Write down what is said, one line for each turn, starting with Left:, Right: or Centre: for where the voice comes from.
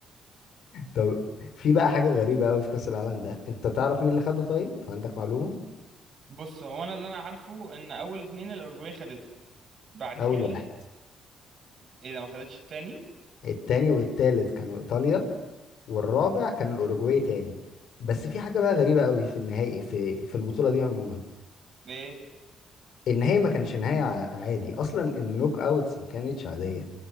Left: طب في بقى حاجه غريبه قوي في كاس العالم ده انت تعرف مين اللي خده طيب عندك معلومه
Right: بص هو انا اللي انا عارفه ان اول اتنين الاورجواي خدته بعد
Left: اول
Right: كده
Left: واحد
Right: ايه ده ما خدتش التاني
Left: التاني والتالت كانوا ايطاليا والرابع كان الاوروجواي تاني بس في حاجه بقى غريبه قوي في النهائي في في البطوله دي عموما
Right: ليه
Left: النهاية ما كانش نهاية ع- عادي أصلا النوك أوتس ما كانتش عادية